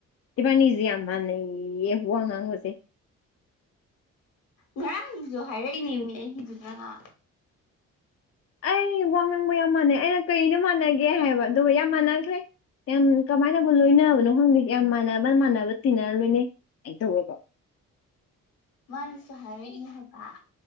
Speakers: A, on the left; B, on the left.
A: ꯏꯕꯥꯅꯤꯖꯤ ꯌꯥꯝꯃꯅꯩꯌ‌ꯦ ꯋꯥꯉꯥꯡꯕꯁꯦ
B: ꯉꯔꯥꯡꯁꯨ ꯍꯥꯏꯔꯛꯏꯅꯦꯃꯤ ꯑꯩꯒꯤꯗꯨꯗ ꯃꯥ
A: ꯑꯩ ꯋꯥ ꯉꯥꯡꯕ ꯌꯥꯝ ꯃꯥꯟꯅꯩ ꯑꯩꯅ ꯀꯩꯗ ꯃꯥꯟꯅꯒꯦ ꯍꯥꯏꯕ ꯑꯗꯨꯒ ꯌꯥꯝ ꯃꯥꯟꯅꯈ꯭ꯔꯦ ꯌꯥꯝ ꯀꯃꯥꯏꯅꯕꯨ ꯂꯣꯏꯅꯕꯅꯣ ꯈꯪꯗꯦ ꯌꯥꯝ ꯃꯥꯟꯅꯕ ꯃꯥꯟꯅꯕ ꯇꯤꯟꯅꯔꯝꯃꯤꯅ‌ꯦ ꯑꯦꯗ ꯍꯒꯣ <unintelligible>
B: ꯃꯥꯅꯁꯨ ꯍꯥꯏꯔꯛꯏꯅꯦ ꯍꯥꯏꯕ